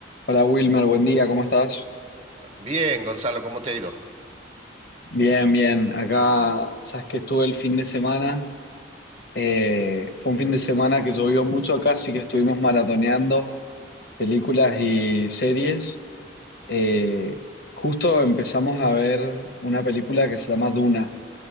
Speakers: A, on the left; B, on the right.
A: Hola Wilmer, buen día, ¿cómo estás?
B: Bien, Gonzalo, ¿cómo te ha ido?
A: Bien, bien. Acá, sabes que estuve el fin de semana. eh, fue un fin de semana que llovió mucho acá, así que estuvimos maratoneando películas y series. Eh, justo empezamos a ver una película que se llama Duna.